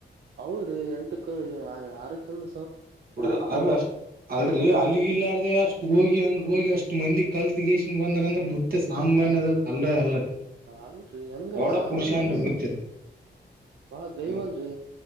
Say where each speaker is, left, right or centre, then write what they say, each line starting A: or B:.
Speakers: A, on the right; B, on the right.
A: ಹೌದ್ರೀ ಎಂಟಕ್ಕ ಆರಕ್ಕ ಹೆಂಗ
B: ಅ ಅಲ್ ಅಲ್ಲಿಗಲ್ಲಾರ್ದೆ ಅಷ್ಟ ಹೋಗಿ ಹಂಗ ಹೋಗಿ ಅಷ್ಟು ಮಂದಿ ಕಲ್ತ್ ಗ ಬಂದಂದ್ರ ಮತ್ತೆ ಸಾಮಾನ್ಯದ ಅಲ್ಲ ಅಲ್ಲ
A: ಅಲ್ರರಿ ಹೆಂಗ್ರೀ
B: ಡ
A: ಸಾಮಾನ್ಯ
B: ಪುರುಷ
A: ಸ
B: ಮ
A: ಬಾಳ ದೈವಾದ್ರಿ
B: ಹ